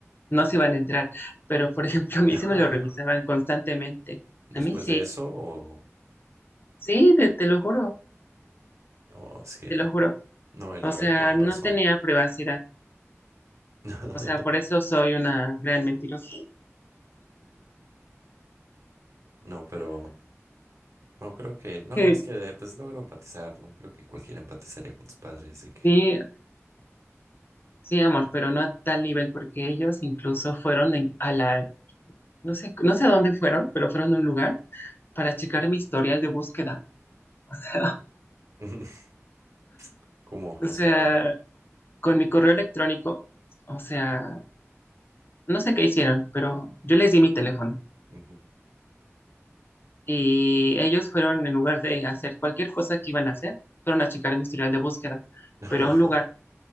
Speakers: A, on the left (about 45°); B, on the right (about 75°).
A: no se iban a entrar, pero por ejemplo, a mí
B: <laughs>
A: se me lo revisaban constantemente.
B: Después
A: A mí sí,
B: de eso, o
A: sí, te, te lo juro,
B: no, es que
A: te lo juro.
B: no, y la
A: O
B: verdad
A: sea,
B: con
A: no
B: razón.
A: tenía privacidad.
B: <laughs>
A: O sea, por eso soy una gran mentirosa.
B: No, pero no creo que, no,
A: <laughs> Eh,
B: es que pues logro empatizar, ¿no? Creo que cualquiera empatizaría con tus padres de que,
A: Sí, sí, amor, pero no a tal nivel, porque ellos incluso fueron en- a la, no sé, no sé a dónde fueron, pero fueron a un lugar para checar mi historial de búsqueda. <laughs> O sea,
B: <laughs> ¿cómo?
A: o
B: O
A: sea,
B: sea,
A: con mi correo electrónico, o sea, no sé qué hicieron, pero yo les di mi teléfono.
B: ujú.
A: Y ellos fueron, en lugar de hacer cualquier cosa que iban a hacer, fueron a checar mi historial de búsqueda,
B: <laughs>
A: pero a un lugar,